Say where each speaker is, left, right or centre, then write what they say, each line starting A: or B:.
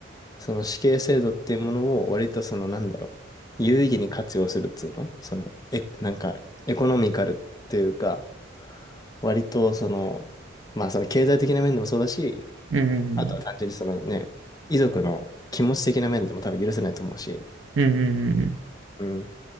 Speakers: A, on the left; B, on the right.
A: その死刑制度っていうものを割とその、なんだろう、有意義に活用するっつうのその、え、なんか、エコノミカルっていうか、割とその、まあその経済的な面でもそうだし、
B: うんうんうん
A: あとは単純にそのね、遺族の気持ち的な面でも多分許せないと思うし。
B: うんうんうんうん
A: うん。